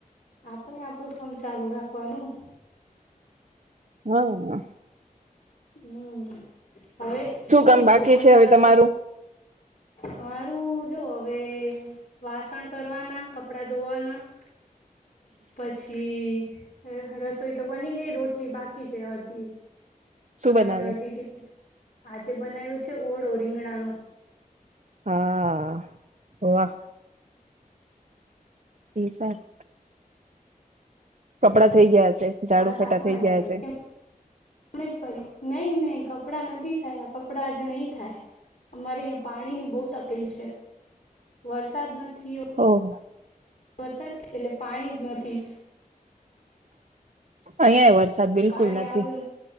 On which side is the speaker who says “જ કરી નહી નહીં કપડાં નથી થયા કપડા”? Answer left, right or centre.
Left